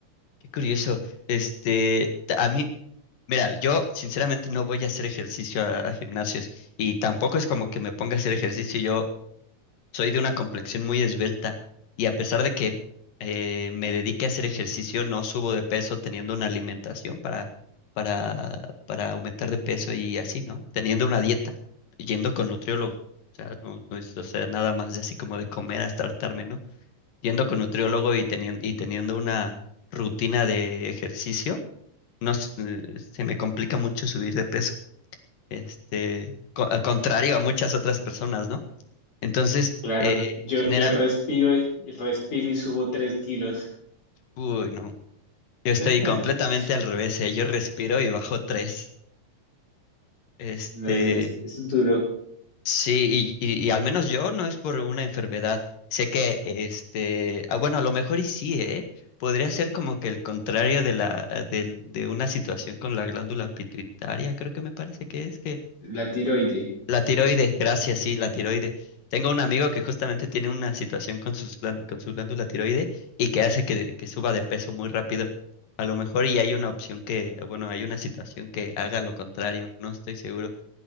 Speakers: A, on the left (about 85°); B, on the left (about 65°).
A: qué curioso. Este, t- a mí, mira, yo sinceramente no voy a hacer ejercicio a, a gimnasios y tampoco es como que me ponga a hacer ejercicio. Yo Soy de una complexión muy esbelta y a pesar de que eh, me dedique a hacer ejercicio, no subo de peso teniendo una alimentación para, para, para aumentar de peso y así, ¿no? Teniendo una dieta, yendo con nutriólogo. O sea, no, no es o sea, nada más de así como de comer hasta hartarme, ¿no? Yendo con nutriólogo y teniendo, y teniendo una rutina de ejercicio, no, s- eh, se me complica mucho subir de peso. Este, co- al contrario a muchas otras personas, ¿no? Entonces,
B: Claro,
A: eh,
B: yo,
A: general
B: yo respiro y respiro y subo tres kilos.
A: Uy, no. Yo
B: <laughs>
A: estoy completamente al revés, ¿eh? Yo respiro y bajo tres. Este,
B: No, es, es, es duro.
A: sí, y, y- y al menos yo no es por una enfermedad. Sé que, este, ah, bueno, a lo mejor y sí, ¿eh? Podría ser como que el contrario de la, del- de, una situación con la glándula pituitaria, creo que me parece que es,
B: La tiroide.
A: La tiroide, gracias, sí, la tiroide. Tengo un amigo que justamente tiene una situación con sus glán- con su glándula tiroide y que hace que, que suba de peso muy rápido. A lo mejor y hay una opción que, bueno, hay una situación que haga lo contrario, no estoy seguro.